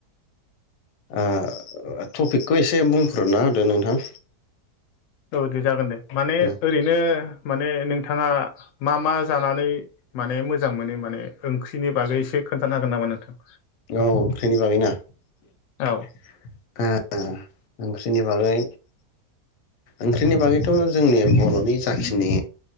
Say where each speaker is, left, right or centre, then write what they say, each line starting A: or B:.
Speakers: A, on the left (about 90°); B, on the left (about 65°).
A: आ टपिकखौ एसे बुंफोरना होदो नोंथां
B: औ दे जागोन दे माने
A: उम
B: ओरैनो माने नोंथाङा मा मा जानानै माने मोजां मोनो माने ओंख्रिनि बागै एसे खोन्थानो हागोन नामा नोंथां
A: औ ओंख्रिनि बागैना
B: औ
A: <unintelligible> ओंख्रिनि बागै ओंख्रिनि बागैथ' जोंनि बर'नि जाखिनि